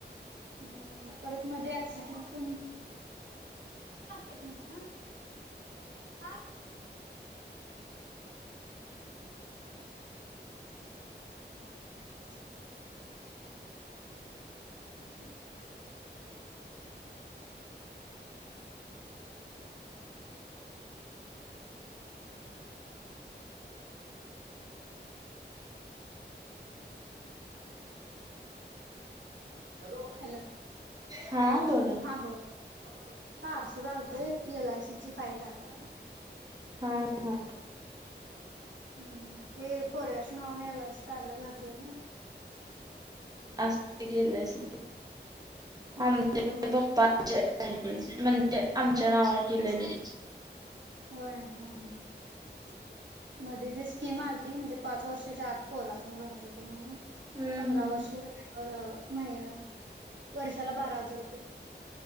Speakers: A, on the right; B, on the right.
A: हम्म परत मध्ये ऍक्सिडेंट पण एक मिनिट ह हा <inaudible> सव्वीस नंबर ह हॅलो
B: हा बोला
A: हा बोल पार्सल आलतं एलआयसीची फाईल आल्या
B: हा हा
A: हम्म ते पोरग्याच्या नावाने एलआ सी काढल्या घरच्यांनी
B: असती एलआयसी
A: हो
B: हप्ते
A: आता मध्ये
B: भरते पप्पा म्हणजे आमच्या नावावर दिलेली
A: होय हा हा मध्ये जी स्कीम आलती म्हणजे पाच वर्षाच्या आत पोरासने भरायचं म्हणून
B: हम्म
A: पंधरा
B: हम्म
A: वर्ष झाल्यावर वर्षाला बारा हजार रुपये